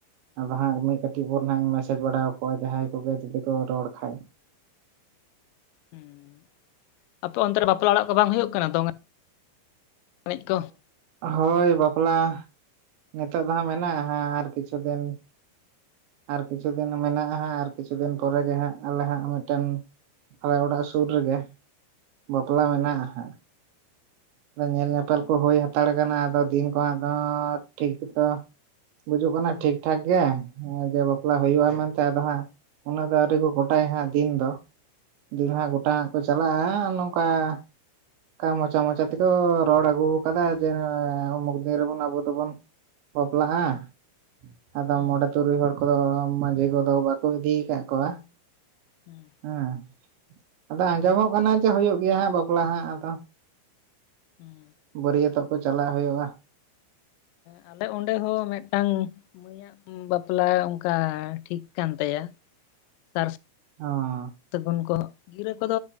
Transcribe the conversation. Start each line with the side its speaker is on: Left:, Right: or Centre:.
Right: ᱟᱫᱚ ᱦᱟᱸᱜ ᱢᱤᱫ ᱠᱟᱹᱴᱤᱡ ᱯᱚᱨ ᱠᱷᱟᱸᱜ ᱤᱧ ᱢᱮᱥᱮᱡ ᱵᱟᱲᱟ ᱟᱠᱚᱣᱟ ᱡᱟᱦᱟᱸᱭ ᱠᱚᱜᱮ ᱡᱩᱫᱤ ᱠᱚ ᱨᱚᱲ ᱠᱷᱟᱡ᱾
Left: ᱦᱩᱸ, ᱟᱯᱮ ᱚᱱᱛᱮ ᱨᱮ ᱵᱟᱯᱞᱟ ᱚᱲᱟᱜ ᱠᱚ ᱵᱟᱝ ᱦᱳᱭᱳᱜ ᱠᱟᱱᱟ ᱾ ᱫᱚᱝ ᱮᱱᱮᱡᱽ ᱠᱚ
Right: ᱦᱳᱭ ᱵᱟᱯᱞᱟ ᱱᱤᱛᱳ ᱫᱚ ᱦᱟᱸ ᱢᱮᱱᱟᱜᱼᱟ ᱦᱟᱸᱜ ᱟᱨ ᱠᱤᱪᱷᱩ ᱫᱤᱱ ᱟᱨ ᱠᱤᱪᱷᱩ ᱫᱤᱱ ᱢᱮᱱᱟᱜᱼᱟ ᱦᱟᱸᱜ ᱟᱨ ᱠᱤᱪᱷᱩ ᱫᱤᱱ ᱯᱚᱨᱮ ᱜᱮ ᱦᱟᱸᱜ ᱟᱞᱮ ᱦᱟᱸᱜ ᱢᱤᱫᱴᱮᱱ ᱟᱞᱮ ᱚᱲᱟᱜ ᱥᱩᱨ ᱨᱮᱜᱮ, ᱵᱟᱯᱞᱟ ᱢᱮᱱᱟᱜᱼᱟ ᱦᱟᱸᱜ᱾ ᱧᱮᱞ ᱧᱮᱯᱮᱞ ᱠᱚ ᱦᱳᱭ ᱦᱟᱛᱟᱲ ᱠᱟᱱᱟ᱾ ᱟᱫᱚ ᱫᱤᱱ ᱠᱚᱫᱚ ᱴᱷᱤᱠ ᱜᱮᱛᱚ ᱵᱩᱡᱩᱜ ᱠᱟᱱᱟ ᱴᱷᱤᱠ ᱴᱷᱟᱠ ᱜᱮ᱾ ᱡᱮ ᱵᱟᱯᱞᱟ ᱦᱳᱭᱳᱜᱼᱟ ᱢᱮᱱᱛᱮ ᱟᱫᱚ ᱦᱟᱸᱜ ᱩᱱᱟᱹᱜ ᱫᱚ ᱟᱹᱣᱨᱤ ᱠᱚ ᱜᱚᱴᱟᱭᱟ ᱦᱟᱸᱜ ᱫᱤᱱ ᱫᱚ᱾ ᱫᱤᱱ ᱦᱟᱸᱜ ᱜᱚᱴᱟ ᱦᱟᱸᱜ ᱠᱚ ᱪᱟᱞᱟᱜᱼᱟ ᱱᱚᱝᱠᱟ ᱚᱱᱠᱟ ᱢᱚᱪᱟ ᱢᱚᱪᱟ ᱛᱮᱠᱚ ᱨᱚᱲ ᱟᱹᱜᱩ ᱟᱠᱟᱫᱟ ᱡᱮ, ᱩᱢᱩᱠ ᱫᱤᱱ ᱨᱮᱵᱚᱱ ᱟᱵᱚ ᱫᱚᱵᱚᱱ ᱵᱟᱯᱞᱟ ᱟᱜ ᱟᱫᱚ
Left: ᱦᱩᱸ
Right: ᱢᱚᱬᱮ, ᱛᱩᱨᱩᱭ ᱦᱚᱲ ᱠᱚᱫᱚ ᱢᱟᱹᱡᱷᱤ ᱠᱚᱫᱚ ᱵᱟᱠᱚ ᱤᱫᱤ ᱠᱟᱜ ᱠᱚᱣᱟ᱾
Left: ᱦᱩᱸ
Right: ᱦᱮᱸ, ᱟᱫᱚ ᱟᱸᱡᱚᱢᱚᱜ ᱠᱟᱱᱟ ᱡᱮ ᱦᱳᱭᱳᱜ ᱜᱮᱭᱟ ᱦᱟᱸᱜ ᱵᱟᱯᱞᱟ ᱦᱟᱸᱜ ᱟᱫᱚ᱾
Left: ᱦᱩᱸ
Right: ᱵᱟᱹᱨᱭᱟᱹᱛᱚᱜ ᱠᱚ ᱪᱟᱞᱟᱣ ᱦᱳᱭᱳᱜᱼᱟ᱾
Left: ᱮᱸᱜ ᱟᱞᱮ ᱚᱸᱰᱮ ᱦᱚᱸ ᱢᱮᱫᱴᱟᱝ ᱢᱟᱹᱭᱼᱟᱜ ᱵᱟᱯᱞᱟ ᱚᱱᱠᱟ ᱴᱷᱤᱠ ᱠᱟᱱ ᱛᱟᱭᱟ᱾ ᱥᱟᱨ -
Right: ᱚ
Left: ᱥᱟᱹᱜᱩᱱ ᱠᱚ ᱜᱤᱨᱟᱹ ᱠᱚᱫᱚ